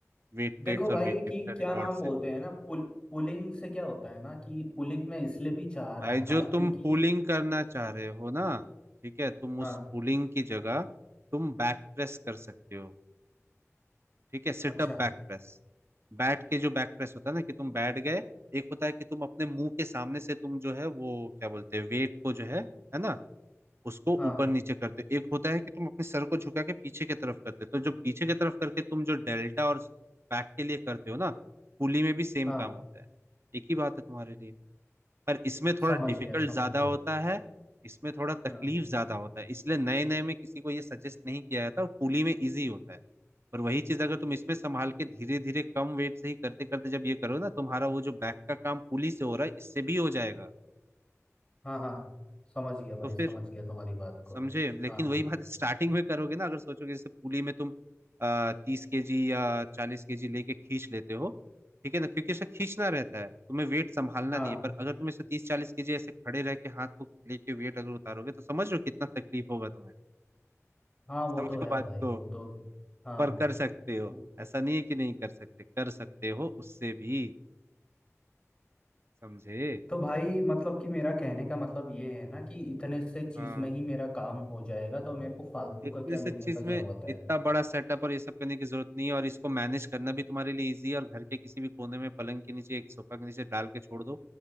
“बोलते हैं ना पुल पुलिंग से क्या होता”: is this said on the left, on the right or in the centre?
Left